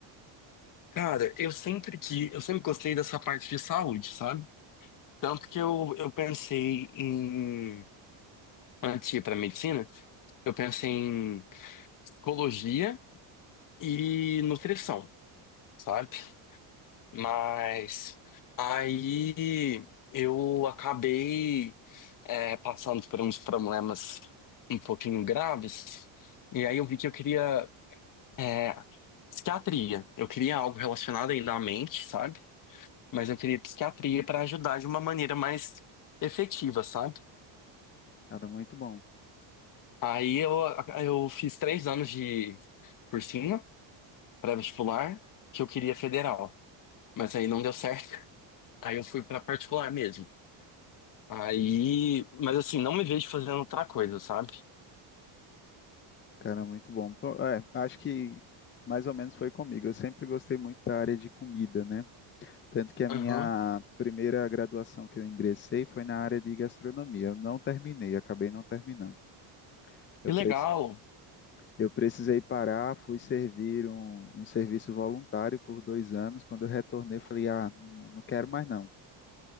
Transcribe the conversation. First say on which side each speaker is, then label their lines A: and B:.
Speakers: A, on the left; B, on the left.
A: Cara, eu sempre que eu sempre gostei dessa parte de saúde, sabe? Tanto que eu, eu pensei em antes de ir para medicina, eu pensei em psicologia e nutrição, sabe? Mas aí eu acabei é, passando por uns problemas um pouquinho graves. E aí eu vi que eu queria é, psiquiatria. Eu queria algo relacionado ainda à mente, sabe? Mas eu queria psiquiatria para ajudar de uma maneira mais efetiva, sabe?
B: Cara, muito bom.
A: Aí eu, eu fiz três anos de cursinho pré-vestibular que eu queria federal, mas aí não deu certo. <laughs> Aí eu fui para particular mesmo. Aí, mas assim, não me vejo fazendo outra coisa, sabe?
B: Cara, muito bom. Pô, É, acho que mais ou menos foi comigo. Eu sempre gostei muito da área de comida, né? Tanto que a
A: Aham.
B: minha primeira graduação que eu ingressei foi na área de gastronomia. Eu não terminei, acabei não terminando. Eu
A: Que
B: pre-
A: legal.
B: Eu precisei parar, fui servir um, um serviço voluntário por dois anos. Quando eu retornei, eu falei, ah, não, não quero mais não.